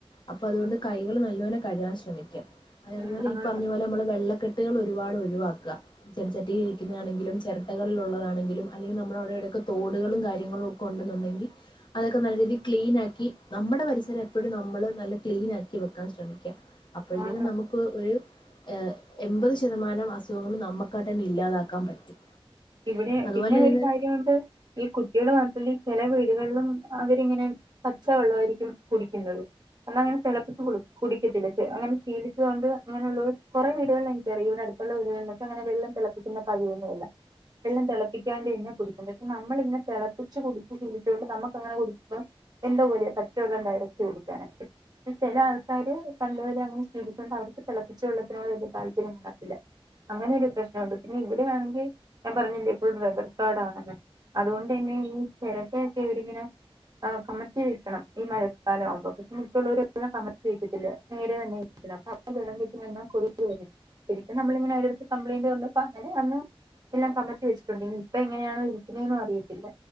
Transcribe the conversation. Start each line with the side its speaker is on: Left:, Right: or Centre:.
Left: അപ്പൊ അതുകൊണ്ട് കൈകള് നല്ലോനെ കഴുകാൻ ശ്രമിക്കാം അതുപലെ
Right: ഉം
Left: ഈ
Right: ആണ്
Left: പറഞ്ഞ പോലെ നമ്മള് വെള്ള ക്കെട്ടുകൾ ഒരുപാട് ഒഴിവാക്ക ചെടിച്ചട്ടി ഇരിക്കുന്നാണെങ്കിലും ചിരട്ടകളിലുള്ളതാണെ അല്ലെങ്കിൽ നമ്മുടെ അവിടെടൊക്ക തടുകളും കാര്യങ്ങളും ഒക്കെ ഉണ്ടെന്നുണ്ടെങ്കിൽ അതൊക്കെ നല്ല രീതി ക്ലീനാക്കി നമ്മുടെ പരിസരം എപ്പോഴും നമ്മള് നല്ല ക്ലീൻ ആക്കി വെക്കാൻ ശ്രമിക്ക അപ്പോഴത്തേക്കും
Right: ആണ്
Left: നമുക്ക് ഒരു ഏ എൺപത് ശതമാനം അസുഖങ്ങൾ നമുക്കാട്ടെ തന്നെ ഇല്ലാതാക്കാൻ പറ്റും
Right: ഇവിടെ
Left: അതുപോലെ
Right: പിന്നെ ഒരു
Left: തന്നെ
Right: കാര്യമുണ്ട് ഈ കുട്ടികൾ മാത്രമല്ല ചെലെ വീ ട്കൾലും അവരിങ്ങനെ പച്ചവെള്ളായിരിക്കും കുടിക്കുന്നത് അന്നങ്ങനെളപ്പിച്ച് കുടിക്കത്തില്ല അങ്ങനെ ശീലിച്ചത് കൊണ്ട് അങ്ങനുള്ള കുറെേ വീടുകളിൽ എനിക്കറിയ ള്ള വെള്ളക്ക അങ്ങനെള്ളം തിളപ്പിക്കുന്ന പതിവന്നെ ഇല്ല വെള്ളം തിളപ്പിക്കാണ്ടെന്നെ കുടിക്കുന്നുണ്ട് നമ്മള് ഇങ്ങെ തിളപ്പിച്ച് കുടിച്ചു ഷിലിച്ചോണ്ട് നമ്മുക്ക അങ്ങനെ കുടിക്ക എന്താപോലെയ പച്ചള്ളം ടയറക്റ്റ് കുടിക്കാനായിട്ട് ചില ആൾക്കാര് പണ്ടേ മുതലെ അങ്ങനെ ശീ അവർക്ക് തിളപ്പിച്ച വള്ളത്തിനോട് വല്യ താല്പര്യം കാണത്തില്ല അങ്ങനെ ഒരു പ്രശ്നമുണ്ട് പിന്നെ ഇവിടെയാണെങ്കി ഞാൻ പറഞ്ഞില്ലേ എപ്പോഴും റെബർ കാടാണെന്ന് അതുകൊണ്ട് തന്നെ ഈ ചിരട്ടക്കെ ഇവടിങ്ങനെ ആ കമത്തി വെക്കണം ഈ മഴക്കാലം ആവുമ്പോ പക്ഷെ മറ്റുള്ളവർ കമത്തി വെക്കത്തില്ല നേരെ തന്നെ ല്ല അപ്പ <unintelligible> ശരിക്ക് നമ്മളിങ്ങനെ അ അടുത്ത് കംപ്ലയിന്റ് കൊണ്ട് അങ്ങനെ വന്ന് എല്ലാം കമത്തി വെച്ചിട്ടുണ്ടിൽ ഇപ്പ എങ്ങനെയണോ ഇരിക്കുന്നെന്നും അറിയത്തില്ല